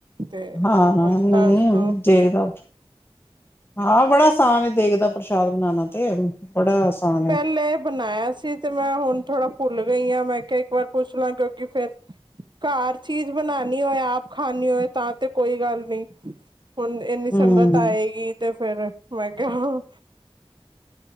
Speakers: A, on the right; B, on the left.
A: ਤੇ
B: ਹਾਂ ਹਾਂ
A: ਮੈਨੂੰ
B: ਨਹੀਂ
A: ਦੱਸ
B: ਹੋ
A: ਦੋ
B: ਦੇਖਦਾ ਹਾਂ ਬੜਾ ਸਾਨ ਦੇਖਦਾ ਪ੍ਰਸ਼ਾਦ ਬਨਾਣਾ ਤੇ ਬੜਾ ਆਸਾਨ ਹੈ
A: ਪਹਿਲੇ ਬਣਾਇਆ ਸੀ ਤੇ ਮੈਂ ਹੁਣ ਥੋੜਾ ਭੁੱਲ ਗਈ ਆਂ ਮੈਂ ਕਿ ਪਰ ਕੁਛ ਲੰਘ ਗਈ ਫੇਰ ਘਰ ਚੀਜ਼ ਬਣਾਉਣੀ ਹੋਏ ਆਪ ਖਾਨੀ ਹੋਏ ਤਾਂ ਤੇ ਕੋਈ ਗੱਲ ਨਈ ਹੁਣ ਇਨੀ ਸੰਗਤ
B: ਹਮ
A: ਆਏਗੀ ਤੇ ਫਿਰ ਮੈਂ ਕਿਹਾ